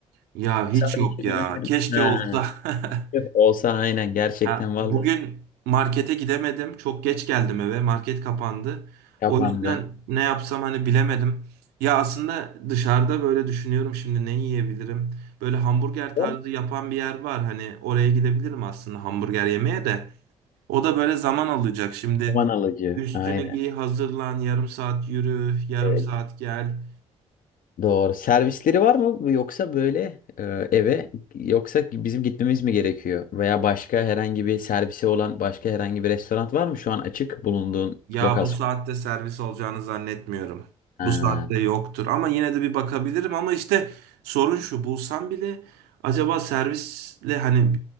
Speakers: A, on the right (about 70°); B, on the left (about 55°).
A: Ya hiç
B: Sadece
A: yok ya.
B: ürünlerim.
A: Keşke
B: Ha.
A: olsa. <laughs>
B: Yok, Olsa aynen gerçekten
A: Ya
B: valla
A: bugün markete gidemedim. Çok geç geldim eve. Market kapandı.
B: kapandı.
A: O yüzden ne yapsam hani bilemedim. Ya aslında dışarıda böyle düşünüyorum şimdi ne yiyebilirim. Böyle hamburger tarzı
B: Var mı?
A: yapan bir yer var. Hani oraya gidebilirim aslında hamburger yemeye de. O da böyle zaman alacak. Şimdi
B: Zaman alıcı.
A: üstünü
B: Aynen.
A: giy, hazırlan, yarım saat yürü, yarım
B: Evet.
A: saat gel.
B: Doğru. Servisleri var mı yoksa böyle e, eve yoksa bizim gitmemiz mi gerekiyor? Veya başka herhangi bir servisi olan başka herhangi bir restoran var mı şu an açık bulunduğun
A: Ya
B: lokasyon?
A: bu saatte servis olacağını zannetmiyorum.
B: Ha,
A: Bu saatte yoktur. Ama yine de bir bakabilirim. Ama işte sorun şu bulsam bile acaba servisle hani